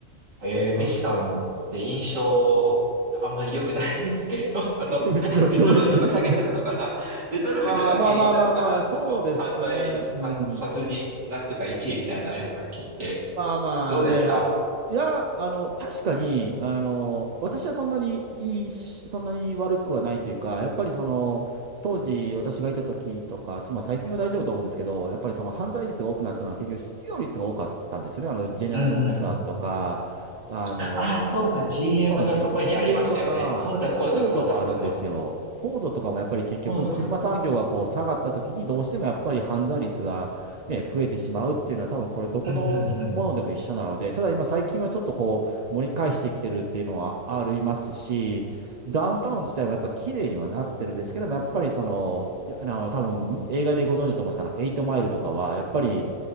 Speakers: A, on the right; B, on the right.
A: えー、
B: あ
A: ミシガンって印象、あんまり良くないんですけど、<laughs> あの、
B: <laughs> ど、
A: デトロイトが下げてるのかなデトロイトが原因なのかなその犯罪率、
B: どう、<laughs> ああ、まあまあまあまあ、そうですね。うん。
A: 犯殺人なんとか1位みたいなよく聞いて。
B: まあまあ、
A: どうですか
B: で、あいや、あの、確かに、あの、私はそんなにいいし、そんなに悪くはないというか、やっぱりその、当時私がいた時とか、まあ最近は大丈夫と思うんですけど、やっぱりその犯罪率が多くなったのは結局失業率が多かったんですよね。あの、ジェネラルモーターズとか、
A: うんうんうん。
B: あの、
A: ああ、そうだ、GM
B: そうなんですよ。
A: がそこにありましたよね。
B: GM とか、
A: そうだそうだそうだそうだ。
B: フォードもあるんですよ。フォードとかもやっぱり結局車産業がこう下がった時にどうしてもやっぱり犯罪率がね、
A: そうだそうそうそう
B: 増えてしまうっていうのは、多分これ、どこのものでも一緒なので、
A: だ。うんうん
B: ただ今、最近はちょっとこう、盛り返してきてるっていうのはありますし、ダウンタウン自体もやっぱ綺麗にはなってるんですけども、やっぱりその、いやあの、多分映画でご存知だと思うんですから、エイトマイルとかは、やっぱり、